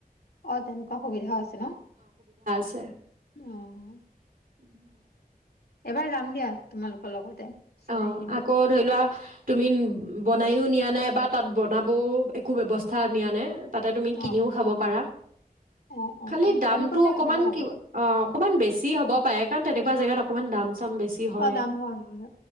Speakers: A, on the left; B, on the right.
A: অ' তেনেকুৱা সুবিধা আছে ন
B: ছে
A: অ'
B: উম!
A: এবাৰ যাম দিয়া তোমালোক লগতে, চাই
B: অ'
A: আহিম।
B: আকৌ ধই লোৱা তুমি বনাইও নিয়া নাই বা তাত বনাবও একো বেৱস্থা নিয়া নাই, তাতে তুমি
A: অ,
B: কিনিও খাব পাৰা,
A: অ, অ, অ,
B: খালি দামটো
A: তেনেকুৱা হ'লে
B: অকমান
A: ভাল
B: কিৱা অ' অকমান বেছি হ'ব পাএ কাঅণ তেনেকুৱা জেগাত অকমান দাম ম্ বেছি হয়
A: অ, দাম হয়,